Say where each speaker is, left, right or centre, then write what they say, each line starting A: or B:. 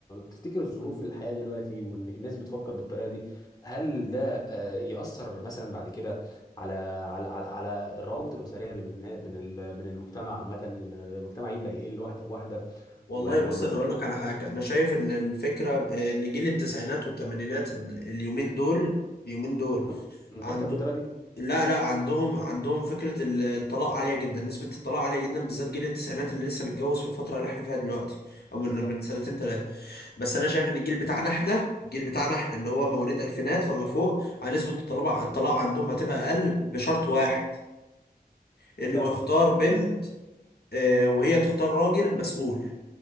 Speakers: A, on the left (about 25°); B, on the left (about 75°).
A: تفتكر الظروف الحياه دلوقتي وان الناس بتفكر بالطريقه دي هل ده آه، ياثر مثلا بعد كده على على على, على الروابط الاسريه بين النا بين ال- بين المجتمع عامه ان المجتمع يبدا يقل واحده بواحده
B: والله
A: و-
B: بص
A: وتلاقي
B: انا اقول لك على حاجه انا شايف ان الفكره آه، ان جيل التسعينات والثمانينات اليومين دول اليومين دول
A: م- مفكر
B: عنده
A: بالطريقه دي
B: لا لا عندهم عندهم فكرة ال- الطلاق عالية جدا نسبة الطلاق عالية جدا بالذات جيل التسعينات اللي لسه بيتجوز في الفترة اللي احنا فيها دلوقتي او
A: بالظبط
B: من من سنتين ثلاثة بس انا شايف ان الجيل بتاعنا احنا الجيل بتاعنا احنا اللي هو مواليد الفينات فما فوق عن نسبة الطلاق الطلاق عندهم هتبقى اقل بشرط واحد
A: التفاهم
B: انه يختار بنت آه، وهي تختار راجل مسؤول